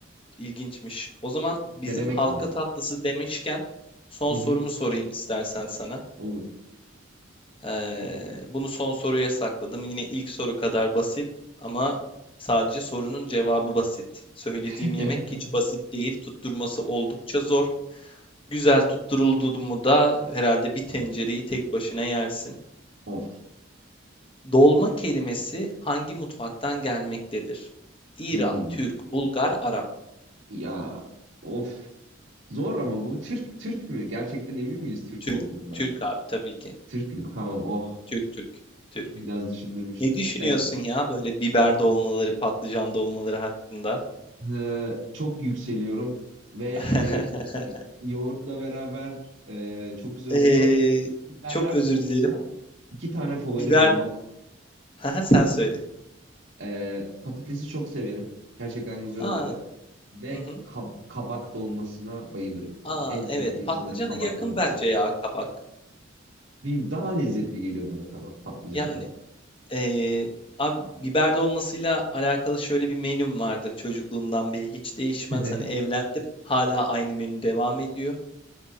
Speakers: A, on the left; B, on the right.
A: İlginçmiş. O zaman bizim
B: Denemek
A: halka
B: lazım.
A: tatlısı demişken son
B: Hı
A: sorumu
B: hı.
A: sorayım istersen sana.
B: Olur.
A: Ee, bunu son soruya sakladım. Yine ilk soru kadar basit ama sadece sorunun cevabı basit. Söylediğim
B: <laughs>
A: yemek hiç basit değil. Tutturması oldukça zor. Güzel tutturuldu mu da herhalde bir tencereyi tek başına yersin.
B: Of.
A: Dolma kelimesi hangi mutfaktan gelmektedir? İran,
B: Hmm.
A: Türk, Bulgar, Arap.
B: Ya. Of. Zor ama bu. Türk Türk mü? Gerçekten emin miyiz Türk
A: Türk,
B: olduğundan?
A: Türk abi tabii ki.
B: Türk mü? Tamam. Oh.
A: Türk, Türk, Türk.
B: Biraz düşündürmüştü.
A: Ne düşünüyorsun
B: Evet.
A: ya böyle biber dolmaları, patlıcan dolmaları hakkında?
B: Ee, çok yükseliyorum ve
A: <laughs>
B: hani yoğurtla beraber e, çok güzel
A: Ee,
B: oluyor. Biberler
A: çok özür
B: dışında
A: dilerim.
B: iki tane favori
A: Biber,
B: dolma.
A: <laughs> Haha, sen söyle.
B: Ee, patatesi çok severim. Gerçekten güzel
A: Aa,
B: oluyor. Ve
A: hı hı.
B: kab- kabak dolmasına bayılırım.
A: Aa,
B: En sevdiğim
A: evet. Patlıcana
B: sanırım kabak
A: yakın
B: dolması.
A: bence ya kabak.
B: Bir daha lezzetli geliyor bana kabak patlıcandan.
A: Yani ee, abi biber dolmasıyla alakalı şöyle bir menüm vardır çocukluğumdan beri hiç değişmez.
B: <laughs> Hı
A: Hani evlendim, hala aynı menü devam ediyor.